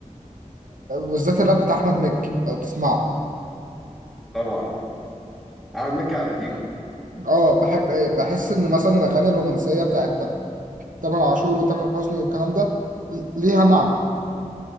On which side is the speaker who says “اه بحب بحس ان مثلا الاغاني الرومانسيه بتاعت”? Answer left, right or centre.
Right